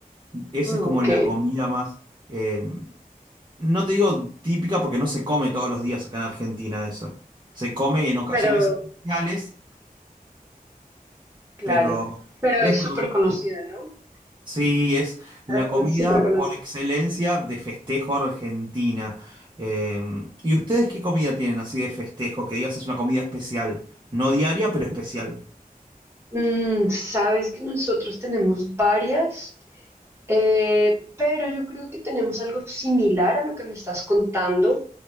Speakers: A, on the right (about 30°); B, on the right (about 15°).
A: Esa
B: Ah,
A: es como
B: ok.
A: la comida más, eh, no te digo típica porque no se come todos los días acá en Argentina eso. Se come en ocasiones
B: Pero,
A: especiales,
B: claro,
A: pero
B: pero
A: es
B: es
A: una
B: súper
A: cosa
B: conocido, ¿no?
A: Sí, es la
B: Argentina
A: comida
B: es súper conocido.
A: <laughs> por excelencia de festejo argentina. Eh, ¿y ustedes qué comida tienen así de festejo? Que digas es una comida especial, no diaria, pero especial.
B: Mm, sabes que nosotros tenemos varias. Eh, pero yo creo que tenemos algo similar a lo que me estás contando,